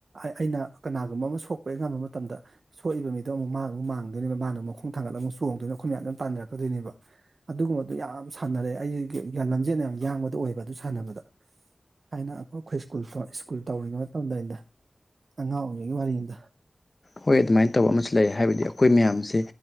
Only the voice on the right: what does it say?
ꯑꯩꯅ ꯀꯅꯥꯒꯨꯝꯕ ꯑꯃ ꯁꯣꯛꯄꯒꯤ ꯉꯝꯕ ꯃꯇꯝꯗ ꯁꯣꯛꯏꯕ ꯃꯤꯗꯣ ꯑꯃꯨꯛ ꯃꯥ ꯑꯃꯨꯛ ꯃꯥꯡꯗꯣꯏꯅꯦꯕ ꯃꯥꯅ ꯃꯈꯣꯡ ꯊꯥꯡꯒꯠ ꯑꯃꯨꯛ ꯆꯣꯡꯗꯣꯏꯅ ꯑꯩꯈꯣꯏ ꯃꯌꯥꯝ ꯑꯗꯨꯝ ꯄꯥꯟꯅꯔꯛꯀꯗꯣꯏꯅꯦꯕ ꯑꯗꯨꯒꯨꯝꯕꯗꯨ ꯌꯥꯝ ꯁꯥꯟꯅꯔꯦ ꯑꯩꯁ ꯂꯝꯖꯦꯟ ꯌꯥꯝ ꯌꯥꯡꯕꯗ ꯑꯣꯏꯕ ꯑꯗꯨ ꯁꯥꯟꯅꯕꯗ ꯍꯥꯏꯅ ꯑꯩꯈꯣꯏ ꯑꯩꯈꯣꯏ ꯁꯀꯨꯜ ꯁ꯭ꯀꯨꯜ ꯇꯧꯔꯤꯉꯩ ꯃꯇꯝꯗ ꯑꯗ ꯑꯉꯥꯡ ꯑꯣꯏꯔꯤꯉꯩ ꯋꯥꯔꯤꯗ